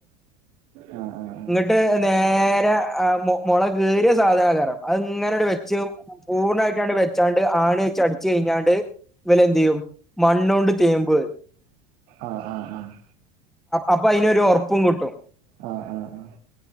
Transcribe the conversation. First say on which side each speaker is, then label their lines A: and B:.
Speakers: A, on the right (about 50°); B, in the centre.
A: ആഹ് ആഹ് ആഹ്
B: ട്ട് നേരെ ആഹ് മു മുള കീറിയ സാധനക്കാരം അത്ങ്ങനെ ങ്ങട്ട് വെച്ച് പൂർണ്ണായിട്ടാണ്ട് വെച്ചാണ്ട് ആണി വെച്ചടിച്ചു കഴിഞ്ഞാണ്ട് ഇവല് എന്തയ്യും മണ്ണൊണ്ട് തേമ്പ്
A: ആഹ് ആഹ് ആഹ്
B: അപ്പൊ അയിനൊരു ഉറപ്പും കിട്ടും
A: ആഹ് ആഹ് ആഹ്